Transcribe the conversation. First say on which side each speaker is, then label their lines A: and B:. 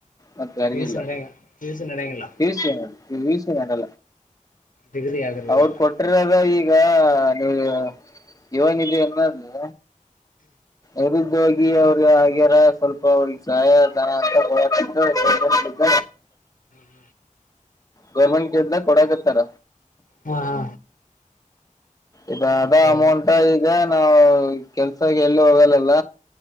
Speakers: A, on the left; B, on the left.
A: ಮತ್ತೆ ಅರಿಗಿಲ್ಲ
B: ಪಿ ಯು ಸಿ ನಡೆಯಂಗ ಪಿ ಯು ಸಿ ನಡೆಯಂಗಿಲ್ಲ
A: ಬಸಣ ವಿಸಲ್ಲ
B: ಡಿಗ್ರಿ ಆಗಿರ್ಬೇಕು
A: ಅವರು
B: ಒಟ್ಟು
A: ಕೊಟಿರದ ಈಗ ಈಗ ನೀವು ಇವನಿದೆ ಅನ್ನೋದು ಎದ್ದ ಹೋಗಿ ಅವ್ರಿಗೆ ಆಗ್ಯಾರ ಸ್ವಲ್ಪ ಅವ್ರಿಗೆ ಸಹಾಯಧನ ಅಂತ
B: ಹ್ಮ
A: ಗೌರ್ಮೆಂಟ್ ಗೆದ್ದ ಕೊಡಕತ್ತಾರ
B: ಹಾ ಹಾ
A: ಇದ ಅದ
B: ಹಾ
A: ಅಮೌಂಟ ಈಗ ನಾವವು ಕೆಲ್ಸಕ್ಕೆ ಎಲ್ಲಿ ಹೋಗಲ್ಲಲ್ಲ